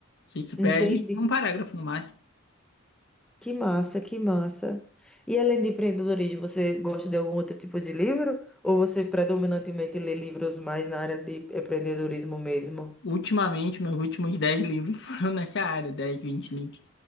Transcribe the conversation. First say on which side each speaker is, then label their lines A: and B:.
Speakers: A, on the left; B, in the centre.
A: Você se perde
B: Entendi.
A: num parágrafo no máximo.
B: Que massa, que massa. E além de empreendedorismo, você gosta de algum outro tipo de livro? Ou você predominantemente lê livros mais na área de empreendedorismo mesmo?
A: Ultimamente, meus últimos 10 livros <laughs> foram nessa área, 10, 20 livros.